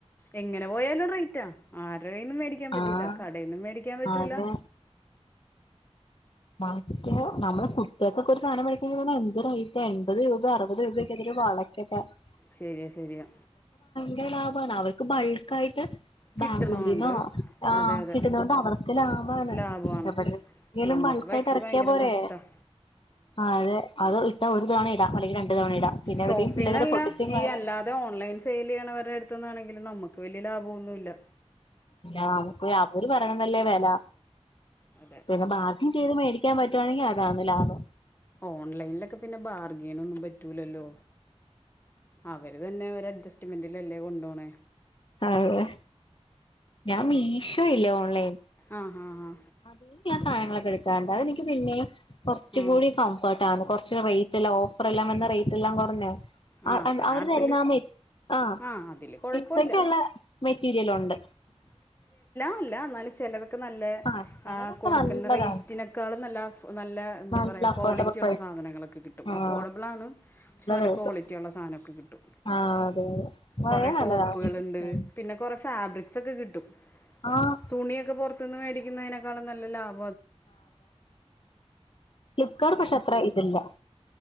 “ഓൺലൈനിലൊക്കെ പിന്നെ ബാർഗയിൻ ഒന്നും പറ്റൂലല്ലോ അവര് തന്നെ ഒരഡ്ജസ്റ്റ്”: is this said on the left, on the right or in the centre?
Left